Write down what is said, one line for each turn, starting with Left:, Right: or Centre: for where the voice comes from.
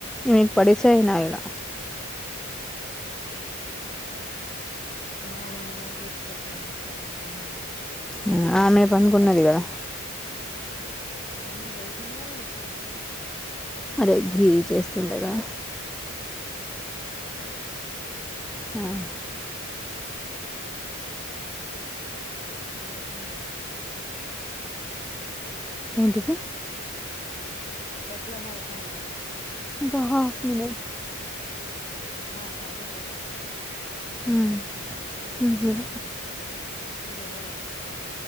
Centre: ఈమేక్ పడిచెయ్ నా ఇలా
Left: మానమ్మ తీసుకెళ్తదని చెప్పింది అమ్మమ్మ.
Centre: ఆ ఆమె పనుకున్నది గదా
Left: ఫన్నద్ లేచింది గదా ఇప్పుడే.
Centre: అదే ఘీ చేస్తుండగా హ్మ్
Left: ఏమో ఏమో అట్లానే వినిపిస్తాది <unintelligible>
Centre: ఏంటిది
Left: ఎట్లనో అయితాంది ఇప్పుడు.
Centre: ఇంకా హాఫ్ మినట్
Left: మాట్లాడే లోపల్కి పోతా
Centre: ఊ నీక్గూడ
Left: నీది ఎవరు వచ్చేది